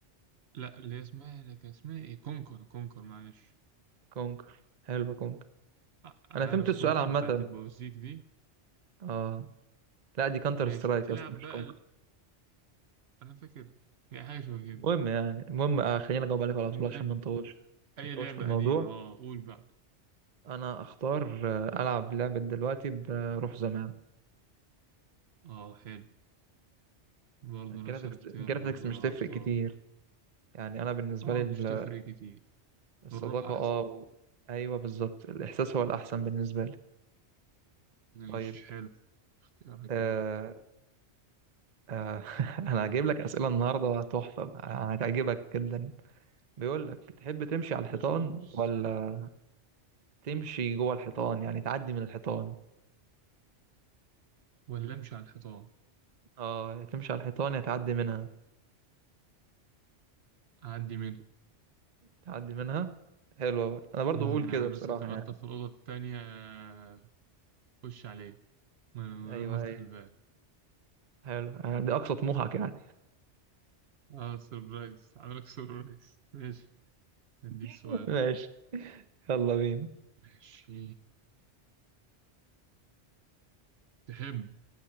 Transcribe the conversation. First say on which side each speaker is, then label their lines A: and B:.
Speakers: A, on the right; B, on the right.
A: لا اللي هي اسمها لا كان اسمها إيه كونكر كونكر معلش
B: كونكر حلو كونكر
A: ع- عارف
B: انا فهمت السؤال
A: كونكر
B: عامه
A: بتاعت البوازيك دي
B: اه لا دي كانتر
A: ماشي
B: سترايك
A: تلعب
B: اصلا مش
A: بقى
B: كونكر
A: ال... انا فاكر هي حاجه شبه كده
B: المهم يعني المهم آه، خلينا اجاوب عليك على
A: المهم
B: طول عشان ما نطولش
A: اي
B: ما نطولش
A: لعبه
B: في الموضوع
A: قديمه اه قول بقى
B: انا اختار آه، العب لعبه دلوقتي بروح زمان
A: اه حلو برضه
B: الجرافيكس
A: نفس الاختيار
B: الجرافيكس
A: برضه
B: مش
A: لا
B: تفرق
A: اختار
B: كتير يعني انا بالنسبه
A: اه
B: لي ال-
A: مش تفرق كتير
B: الصداقه
A: الروح احسن
B: اه و- ايوه بالظبط الاحساس هو الاحسن بالنسبه لي
A: ماشي
B: طيب
A: حلو اختيار جميل
B: آه آه <laughs> انا هجيب لك اسئله النهارده تحفه هتعجبك جدا بيقول لك تحب تمشي على
A: يا
B: الحيطان
A: باشا دوس
B: ولا تمشي جوه الحيطان يعني تعدي من الحيطان
A: ولا امشي على الحيطان
B: اه يا تمشي على الحيطان يا تعدي منها
A: اعدي منه
B: تعدي منها حلوة برضه أنا برضه
A: امم
B: بقول كده
A: يعني
B: بصراحة
A: مثلا تبقى
B: يعني
A: انت في الاوضه التانية آه، خش عليه من
B: أيوه
A: غير ما افتح
B: أيوه
A: الباب
B: حلو يعني دي أقصى طموحك يعني
A: اه سربرايز عاملك سربرايز ماشي أديك سؤال
B: <laughs> ماشي يلا بينا
A: ماشي تحب